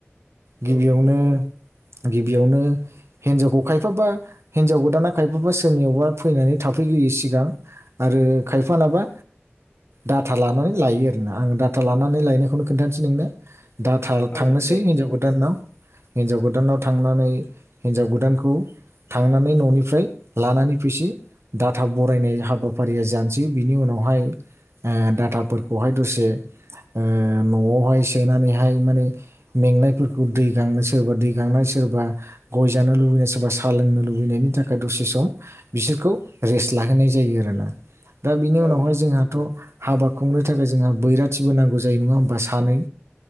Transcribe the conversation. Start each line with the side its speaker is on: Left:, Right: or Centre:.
Right: गिबियावनो
Left: औ नोंथां
Right: गिबियावनो हिनजावखौ खायफाबा हिनजाव गोदाना खायफाबा सोरनियावबा फैनानै था फैग्रोयो सिगां आरो खायफानाबा डाथा लानानै लायो आरोना आं डाटा लानानै लायनायखौनो खोन्थानोसै नोंनो दाथा थांनोसै
Left: औ दे
Right: हिनजाव गोदानाव हिनजाव गोदानाव थांनानै हिन्जाव गोदानखौ थांनानै न'निफ्राय लानानै फैसि डाटा बरायनाय हाबाफारिया जानोसै बिनि उनावहाय डाथाफोरखौहाय दसे ओ ओ न'आवहाय सोनानैहाय माने मेंनायफोरखौ दै गांनो सोरबा दै गांनाय सोरबा गय जानो लुबैनाय सोरबा साहा लोंनो लुबैनायनि थाखाय दसे सम बिसोरखौ रेस्ट लाहोनाय जायो आरोना दा बिनि उनावहाय
Left: औ
Right: जोंहाथ' हाबा खुंनो थाखाय जोंहा बैराथिबो नांगौ जायो नङा होमबा सानै